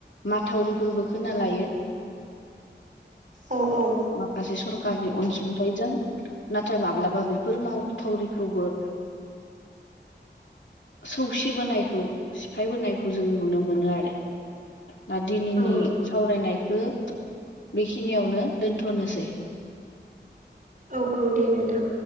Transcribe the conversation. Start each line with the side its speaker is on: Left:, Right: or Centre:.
Left: माथावरिफोरबो खोना लायो
Right: औ औ
Left: माखासे सरखारनि अनसुंथाइजों नाथाय माब्लाबा बेफोर मावथावरिखौबो सौसि बोनायखौ सिफाय बोनायखौ जों नुनो मोनो आरो दा दिनैनि
Right: औ
Left: सावरायनायखौ बेखिनियावनो दोनथ'नोसै
Right: औ औ दे नोंथां